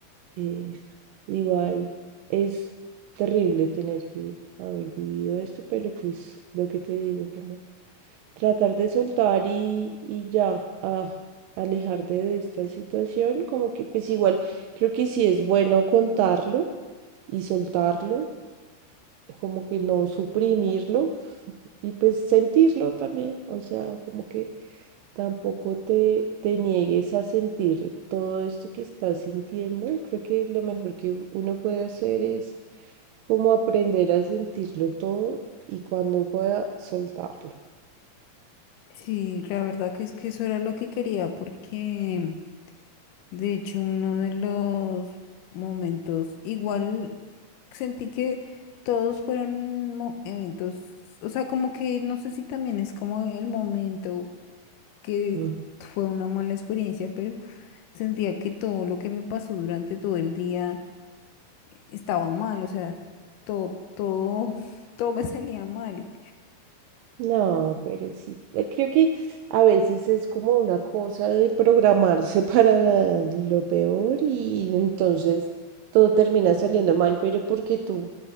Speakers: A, on the right; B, on the left.
A: Eh, igual es terrible tener que haber vivido esto, pero pues lo que te digo, como tratar de soltar y, y ya, a alejar de esta situación, como que pues igual creo que sí es bueno contarlo y soltarlo, como que no suprimirlo y pues sentirlo también, o sea, como que tampoco te, te niegues a sentir todo esto que estás sintiendo, creo que lo mejor que uno puede hacer es como aprender a sentirlo todo y cuando pueda soltarlo.
B: Sí, la verdad que es que eso era lo que quería porque... De hecho, uno de los momentos, igual sentí que todos fueron mo- eventos, o sea, como que no sé si también es como el momento que
A: Ujú.
B: fue una mala experiencia, pero sentía que todo lo que me pasó durante todo el día estaba mal, o sea, todo, todo, <laughs> todo me salía mal.
A: No, pero sí, eh, creo que a veces es como una cosa de programarse <laughs> para lo peor y entonces todo termina saliendo mal, pero porque tú